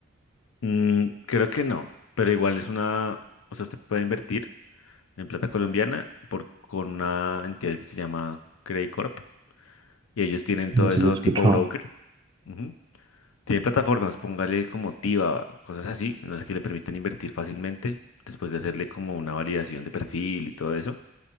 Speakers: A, on the left; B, on the right.
A: Mm, creo que no, pero igual es una, o sea, usted puede invertir en plata colombiana por, con una entidad que se llama Credicorp y ellos tienen todo
B: No sé,
A: eso
B: yo he escuchado
A: tipo broker. ujú. Tienen plataformas, póngale como Tiva, cosas así, no sé, que le permiten invertir fácilmente después de hacerle como una validación de perfil y todo eso,